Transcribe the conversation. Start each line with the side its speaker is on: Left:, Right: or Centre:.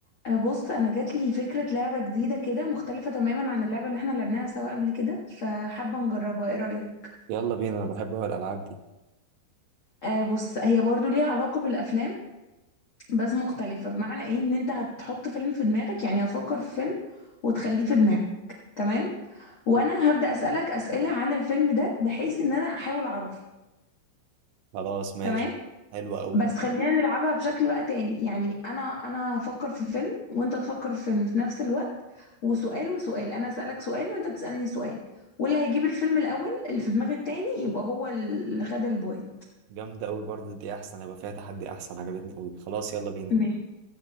Left: أه، بص انا جات لي فكره لعبه جديده كده مختلفه تماما عن اللعبه اللي احنا لعبناها سوا قبل كده فحابه نجربها ايه رايك
Right: يلا بينا انا بحب أوي الالعاب دي
Left: أه بص هي برضو ليها علاقه بالافلام بس مختلفه بمعنى ايه ان انت هتحط فيلم في دماغك يعني هتفكر في فيلم وتخليه في دماغك تمام وانا هبدا اسالك اسئله عن الفيلم ده بحيث ان انا احاول اعرفه
Right: خلاص ماشي
Left: تمام
Right: حلوة قوي
Left: بس خلينا نلعبها بشكل بقى تاني يعني انا انا هفكر في فيلم وانت تفكر في فيلم في نفس الوقت وسؤال وسؤال انا اسالك سؤال وانت تسالني سؤال واللي هيجيب الفيلم الاول اللي في دماغ التاني يبقى هو اللي خد البوينت
Right: جامدة قوي برضه دي احسن هيبقى فيها تحدي احسن عجبتني قوي خلاص يلا بينا
Left: ماشي